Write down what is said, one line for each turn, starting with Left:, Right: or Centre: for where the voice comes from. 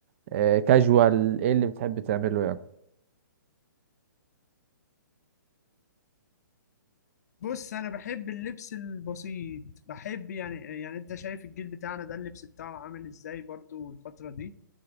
Right: آه، كاجوال ايه اللي بتحب تعمله يعني
Left: بص انا بحب اللبس البسيط بحب يعني يعني انت شايف الجيل بتاعنا ده اللبس بتاعه عامل ازاي برضو الفترة دي